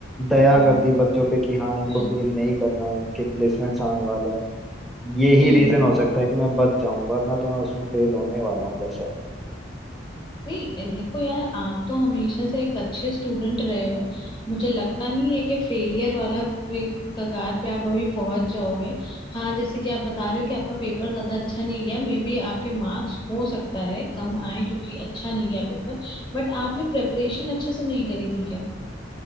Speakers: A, in the centre; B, on the left.
A: दया
B: हम्म
A: कर दी बच्चों पे कि हाँ इनको
B: हम्म,
A: फेल नहीं करना है इनके प्लेसमेंट्स आने वाले हैं यही
B: हम्म।
A: रीजन हो सकता है कि मैं बच जाऊं वरना तो मैं उसमें फेल होने वाला हूँ जैसा
B: नहीं ए, देखो यार आप तो हमेशा से एक अच्छे स्टूडेंट रहे हो मुझे लगता नहीं है कि फेलियर वाला वे कगार पे आप अभी पहुंच जाओगे हाँ जैसे कि आप बता रहे हो कि आपका पेपर ज्यादा अच्छा नहीं गया मे बी आपके मार्क्स हो सकता है कम आए क्योंकि अच्छा नहीं गया पेपर बट आपने प्रेपरेशन अच्छे से नहीं करी थी क्या